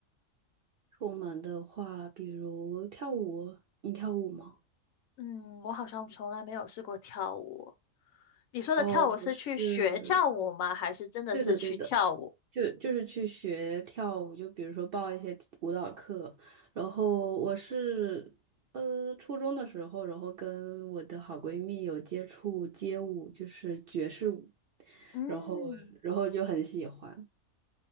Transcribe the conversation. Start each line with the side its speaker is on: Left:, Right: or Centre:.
Right: 出门的话，比如跳舞，你跳舞吗？
Left: 嗯，我好像从来没有试过跳舞。你说的跳舞是去学跳舞吗？
Right: 哦，我是，
Left: 还是真的是去跳舞？
Right: 对的对的。就就是去学跳舞，就比如说报一些舞蹈课，然后我是呃初中的时候，然后跟我的好闺蜜有接触街舞，就是爵士舞，
Left: 嗯。
Right: 然后然后就很喜欢。